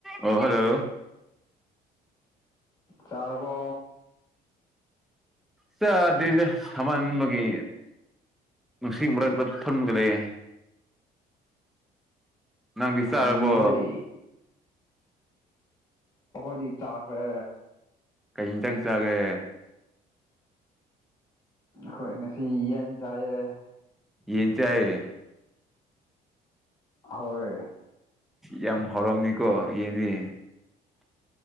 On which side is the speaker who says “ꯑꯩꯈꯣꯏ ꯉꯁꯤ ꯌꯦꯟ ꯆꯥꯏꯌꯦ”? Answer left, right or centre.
Left